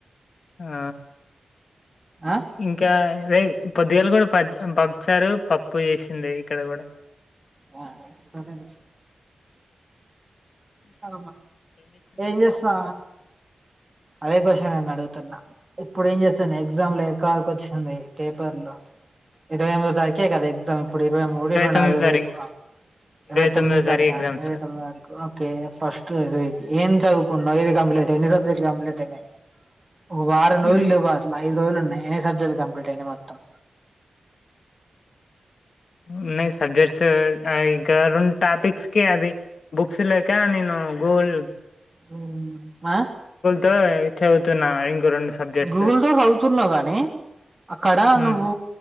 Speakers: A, on the left; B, on the right.
A: ఆ
B: ఆ
A: ఇంకా అదే పొద్దుగాలే కూడా ప పప్పుచారు పప్పు చేసింది ఇక్కడ కూడా
B: ఆ సరేలే అ ఏం చేస్తా అదే క్వశ్చన్ నన్ను అడుగు ఇప్పుడు ఏం చేస్తాను ఎగ్జామ్ లో ఎక్కవరకు వచ్చింది పేపర్లు ఎర్రవై ఎనిమిది తరికే కదా ఎగ్జామ్ ఇప్పుడు ఇరవై మూడు ఇరవై
A: తొమ్మిదో
B: నాలుగు
A: తారీఖు
B: రేపూ ఇరవై తొమ్మిది
A: తొమ్మిదో
B: తారీ
A: తారీఖు ఎగ్జామ్స్
B: ఇవై తొమ్మిదొ తారీకు ఫస్ట్ ఏం చదువుకున్నావు ఏది కంప్లీట్ ఎన్ని సబ్జెక్ట్ కంప్లీట్ అయినాయి ఒక వారం రజులు
A: మరి
B: లేవు అలా ఐదు రోజులు ఉన్నాయి ఎన్ని సబ్జెక్ట్లు కంప్లీట్ అయినా మొత్తం
A: ఉన్నాయి సబ్జెక్ట్స్ ఇంకా రెండు టాపిక్స్ కి అది బుక్స్ లేకా నేను గూగుల్
B: హ్మ్ ఆ
A: తో ఇది చదువుతున్నా ఇంకో సబ్జెక్ట్స్.
B: గూగుల్ తో చదువుతున్నా కానీ ఆక్కడా
A: హ్మ్.
B: నువ్వు